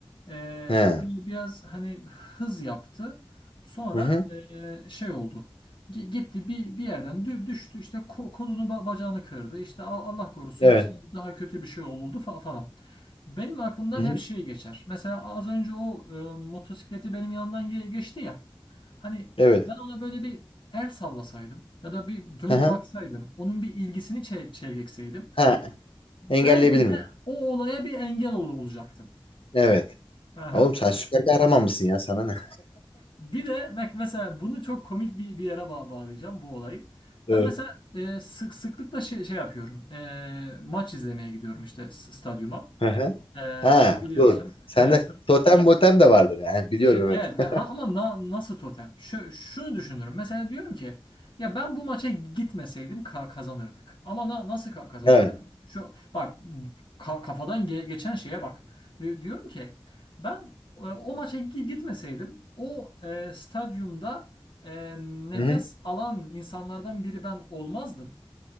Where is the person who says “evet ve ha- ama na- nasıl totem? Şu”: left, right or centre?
Left